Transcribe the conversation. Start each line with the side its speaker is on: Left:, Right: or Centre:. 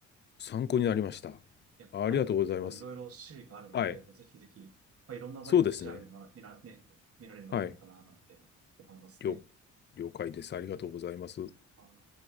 Left: 参考になりました。
Right: でバイクも結構いろいろ種類があるので、
Left: ありがとうございます。はい。
Right: ぜひぜひ、まあ、いろんなバイクを調べてもら見ら、
Left: そうですね。
Right: ね、見られるのがいいのかな、
Left: はい。
Right: なんて思いますね。
Left: 了、了解です。ありがとうございます。
Right: あの